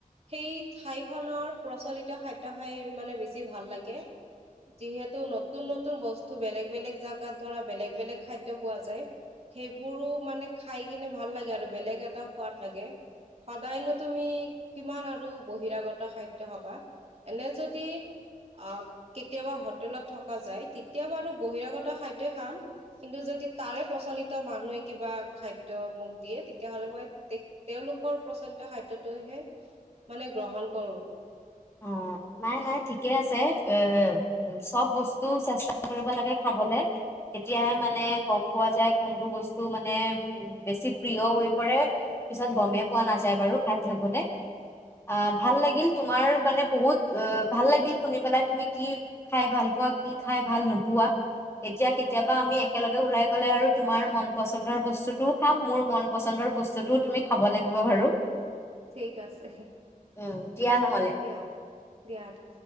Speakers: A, on the right; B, on the left.
A: সেই ঠাইখনৰ প্ৰচলিত খাদ্য খাই মানে বেছি ভাল লাগে, যিহেতু নতুন-নতুন বস্তু বেলেগ- বেলেগ জাগাত ধৰা বেলেগ-বেলেগ খাদ্য পোৱা যায়, সেইবোৰো মানে খাই কিনে ভাল লাগে, আৰু বেলেগ এটা সোৱাদ লাগে। সদায়নো তুমি কিমান আৰু বহিৰাগত খাদ্য খাবা, এনে যদি আহ কেতিয়াবা হোটেলত থকা যায় তেতিয়া বাৰু বহিৰাগত খাদ্যই খাম, কিন্তু যদি তাৰে প্ৰচলিত মানুহে কিবা খাদ্য মোক দিয়ে তেতিয়াাহ'লে মই তে তেওঁলোকৰ প্ৰচলিত খাদ্যটোহে মানে গ্ৰহণ কৰো।
B: অ, নাই নাই ঠিকে আছে, এ চব বস্তু চেষ্টা কৰিব লাগে খাবলে। তেতিয়াহে
A: উম,
B: মানে ক পোৱা যায় কোনটো বস্তু মানে বেছি প্ৰিয় হৈ পৰে পিছত গমেই পোৱা নাযায় বাৰু খাই থাকোতে, আহ ভাল লাগিল তোমাৰ মানে বহুত আ ভাল লাগিল শুনি পেলাই, তুমি কি খাই ভাল পোৱা, কি খাই ভাল নোপোৱা। এতিয়া কেতিয়াবা
A: অ'।
B: আমি একেলগ ওলাই গ'লে আৰু তোমাৰ মন পচন্দৰ বস্তুটোও খাম, মোৰ মন পচন্দৰ বস্তুটোও তুমি খাব লাগিব বাৰু।
A: ঠিক আছে।
B: উম, দিয়া নহলে।
A: অ দিয়া তে।